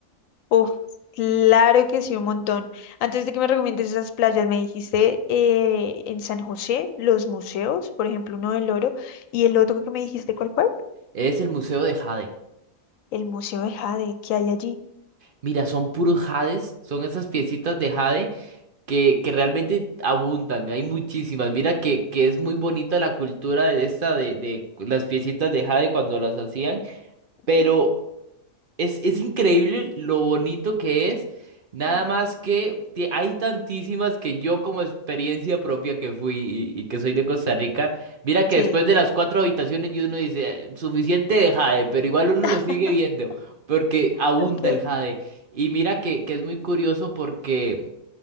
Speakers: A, on the left (about 75°); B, on the right (about 45°).
A: Uf, claro que sí, un montón. Antes de que me recomiendes esas playas, me dijiste eh, en San José, los museos, por ejemplo, uno del Oro, y el otro que me dijiste, ¿cuál fue?
B: Es el Museo de Jade.
A: El Museo de Jade, que hay allí?
B: Mira, son puros jades, son esas piecitas de jade que, que realmente abundan, hay muchísimas. Mira que, que es muy bonita la cultura de esta de, de las piecitas de jade cuando las hacían,
A: Ujú,
B: pero Es, es increíble lo bonito que es, nada
A: ujú.
B: más que ti- hay tantísimas que yo como experiencia propia que fui y, y que soy de Costa Rica, mira que
A: Sí.
B: después de las cuatro habitaciones y uno dice, "Eh, suficiente de jade, pero igual uno
A: <laughs>
B: lo sigue viendo porque abunda
A: Ok.
B: el jade. Y mira que, que es muy curioso porque